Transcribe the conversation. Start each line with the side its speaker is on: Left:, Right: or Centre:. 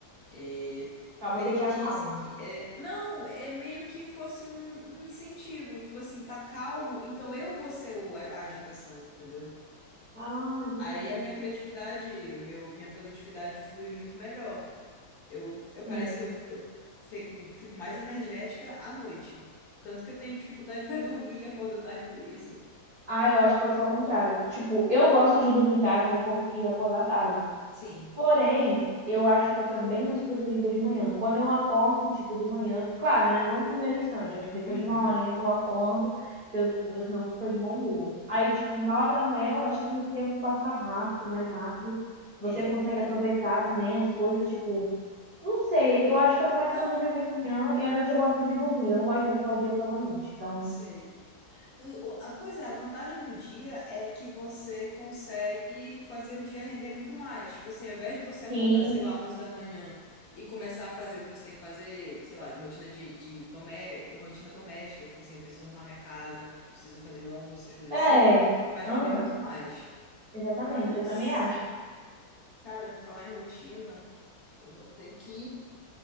Left: é,
Right: Acaba
Left: permitisse
Right: que te acalma.
Left: que. É, não, é meio que fosse um, um incentivo, tipo assim, tá calmo, então eu vou ser o, a a agitação, entendeu?
Right: Ah, entendi.
Left: Aí a minha criatividade, o meu, minha produtividade flui muito melhor. Eu, eu parece
Right: Sim.
Left: que eu, eu fico, fico mais energética à noite. Tanto que eu tenho dificuldade <laughs> para dormir e acordo tarde por isso.
Right: Ah, eu acho que eu sou ao contrário. Tipo, eu gosto de dormir tarde e acor- e acordar tarde.
Left: Sim,
Right: Porém, eu acho que eu sou bem mais produtiva de manhã. Quando eu acordo, tipo, de manhã, claro, né? Não no primeiro instante, acho que depois
Left: Uhum.
Right: de uma horinha que eu acordo, que eu, eu não vou ficar de mau humor. Aí, tipo, na hora da manhã, eu acho que o tempo passa rápido, mais rápido. Você
Left: é.
Right: consegue aproveitar também as coisas, tipo, não sei, eu acho que eu sou mais
Left: Não
Right: produtiva de manhã e à noite eu gosto de dormir. Eu não gosto de trocar o dia pela noite. Então,
Left: sei. o- o- a- Pois é, a vantagem do dia é que você consegue fazer o dia render muito mais. Tipo assim, ao invés de você acordar,
Right: sim,
Left: sei lá, 11 da manhã e começar a fazer o que você tem que fazer, sei lá, rotina de, de domé rotina doméstica, tipo assim, eu preciso arrumar minha casa, preciso fazer meu almoço, essas coisas
Right: é.
Left: assim, faz
Right: Ah,
Left: render muito mais.
Right: exatamente,
Left: Mas,
Right: eu também acho.
Left: cara, pra falar em rotina, eu vou ter que